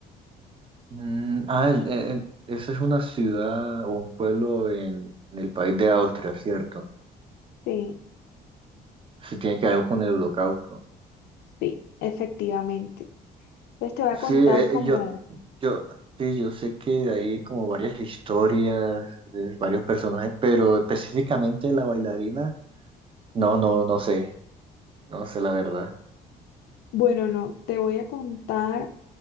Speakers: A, on the right; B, on the left.
A: Mm, ah, eh, eh, esa es una ciudad o un pueblo en, en el país de Austria, ¿cierto?
B: Sí,
A: Sí, tiene que ver con el holocausto.
B: sí, efectivamente. Entonces te voy a
A: Sí,
B: contar
A: eh,
B: como,
A: yo, yo, sí, yo sé que hay como varias historias, eh, varios personajes, pero específicamente la bailarina. No, no, no sé, no sé la verdad.
B: bueno, no, te voy a contar